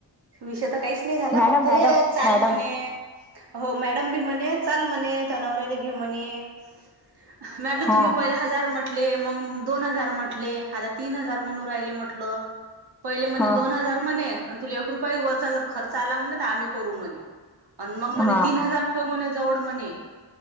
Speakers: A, on the right (about 60°); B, in the centre.
A: विषयता काहीच नाही झाला.
B: मॅडम
A: फक्त
B: मॅडम
A: हे चाल
B: मॅडम
A: म्हणे. हो. मॅडम बी म्हणे. चाल म्हणे. तो नवरायला घे म्हणे. म्या म्हटलं.
B: हां
A: तुम्ही पहिले हजार म्हटले. मग दोन हजार म्हटले. आता तीन हजार म्हणून राहिले म्हटलं. पहिले म्हणे.
B: हां
A: दोन हजार म्हणे. आणि तुला एक रुपया वरचा जर खर्च आला म्हणे. तर आम्ही करू म्हणे. आणि मग म्हणे.
B: हां
A: तीन हजार ठेव म्हणे. जवळ म्हणे.